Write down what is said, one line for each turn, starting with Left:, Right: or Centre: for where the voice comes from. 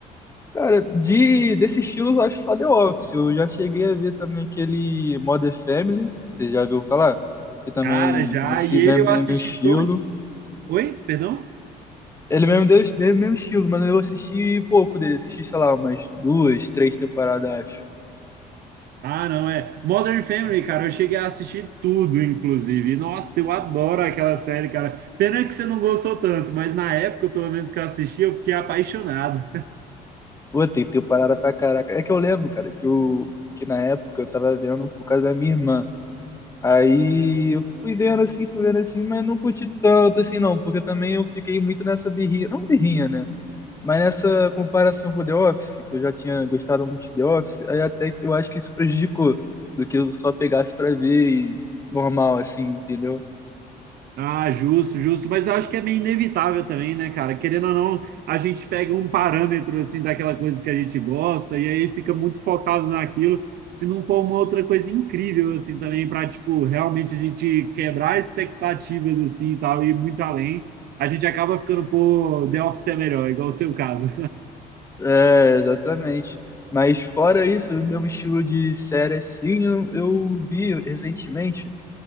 Left: Cara, de, desse estilo eu acho só The Office. Eu já cheguei a ver também aquele Modern Family, você já viu falar? Que também
Right: Cara, já,
Left: nesse
Right: e ele
Left: mesmo,
Right: eu
Left: mesmo
Right: assisti
Left: estilo.
Right: todo. Oi? Perdão?
Left: Ele é mesmo deu mesmo, mesmo estilo, mas eu assisti pouco dele. Assisti, sei lá, umas duas, três temporadas, acho.
Right: Ah, não, é. Modern Family, cara, eu cheguei a assistir tudo, inclusive. Nossa, eu adoro aquela série, cara. Pena que você não gostou tanto, mas na época, pelo menos que eu assisti, eu fiquei apaixonado.
Left: Pô, tem temporada pra caraca. É que eu lembro, cara, que, eu, que na época eu tava vendo por causa da minha irmã. Aí eu fui vendo assim, fui vendo assim, mas não curti tanto assim não, porque também eu fiquei muito nessa birrinha. Não birrinha, né? Mas nessa comparação com The Office, que eu já tinha gostado muito de The Office, aí até que eu acho que isso prejudicou do que eu só pegasse pra ver e normal, assim, entendeu?
Right: Ah, justo, justo, mas eu acho que é meio inevitável também, né, cara? Querendo ou não, a gente pega um parâmetro assim daquela coisa que a gente gosta e aí fica muito focado naquilo. Se não for uma outra coisa incrível assim também para tipo realmente a gente quebrar expectativas assim e tal e ir muito além, a gente acaba ficando, pô, The Office é melhor, igual o seu caso.
Left: É, exatamente. Mas fora isso, o meu estilo de série, assim, eu, eu vi recentemente